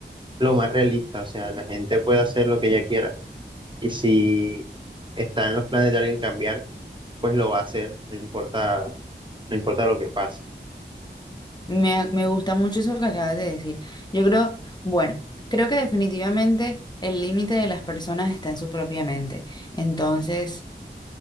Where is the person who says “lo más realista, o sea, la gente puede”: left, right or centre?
Right